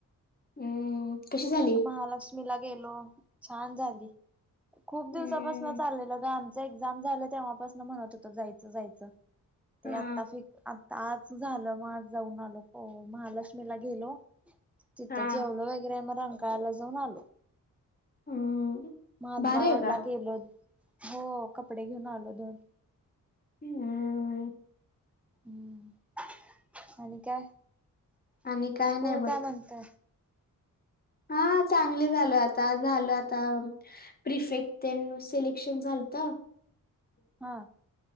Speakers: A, on the left; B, in the centre.
A: हम् कशी झालं
B: महालक्ष्मीला गेलो छान झाली खूप
A: हम्म
B: दिवसापासन चाललेल ग आमच एक्झाम झालं तेव्हापासन म्हणत होत जायचं जायचं ते
A: हा
B: आत्ता फक आता आज झालं मग आज जाऊन आलो महालक्ष्मीला गेलो तिथं
A: हा
B: जेवलं वगैरे आहे मग रंकाळायला जाऊन आलो
A: हम्म
B: मातवा
A: भारी आहे
B: रोड
A: का?
B: ला गेलो हो कपडे घेऊन आलो दोन
A: ह हम
B: हम् आणि काय
A: आणि काय
B: स्कूल
A: नाही बघ
B: का म्हणतात
A: हा चांगली झाल आता झाल आता प्रिफेक्ट सिलेक्शन झालत
B: हा